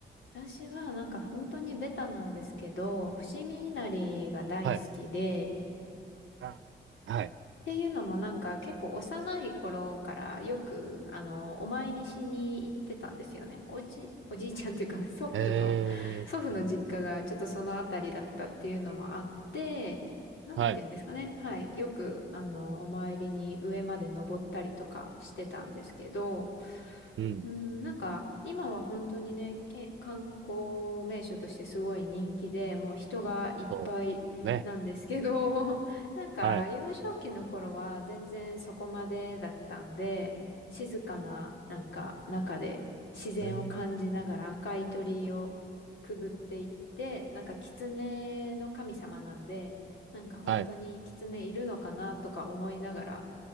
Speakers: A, on the left (about 75°); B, on the right (about 75°).
A: 私はなんか本当にベタなんですけど、伏見稲荷が大好きで、
B: かはい。あーはい。
A: っていうのもなんか結構幼い頃からよくあのお参りしに行ってたんですよね。おじ、おじいちゃんというか <laughs> 祖父の、
B: ええ、
A: 祖父の実家がちょっとそのあたりだったっていうのもあって、なんて言うんですかね。
B: はい。
A: はい。よくあのお参りに上まで登ったりとかしてたんですけど、
B: うん。
A: うん、なんか今は本当にね、け、観光名所としてすごい人気で、もう人がいっぱいなんですけど
B: そう、ね、
A: <laughs> なんか、
B: はい。
A: 幼少期の頃は全然そこまでだったんで、静かな、なんか、中で自然を感じながら赤い鳥居をくぐっていって、
B: えー
A: なんか、狐の神様なんで、なんか本当に狐いるのかなとか思いながら、
B: はい、